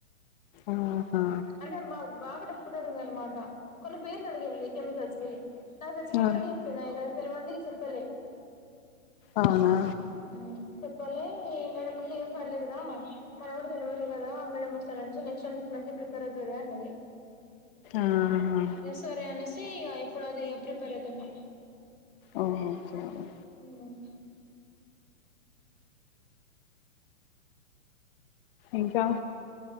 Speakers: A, on the left; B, on the left.
A: ఆహా
B: అంటే మాకు బాగా దేఒత్గాడిగింది అనమాట కొన్ని పేర్లు అడిగింది కెమికల్స వి నాకు తెలిసిన అన్ని
A: ఆ
B: కాడికి చెప్పిన తేల్వంది చెప్పలే
A: అవునా
B: ఉమ్ చెప్పలే ఏ మేడం ఉండి పర్లేదు గా మన కూడా తెలువదు కదా మేడం వస్తరనిచి నెక్స్ట్ ఇయర్ నుంచి మంచిగా ప్రిపేర్ అవుదువులే అన్నది
A: ఆహా
B: ఇగ సరే అనేసి ఇగ ఇప్పుడు అది ప్రిపేర్ అవుతున్నా
A: ఓహో ఒకే ఒకే
B: ఉమ్
A: ఇంకా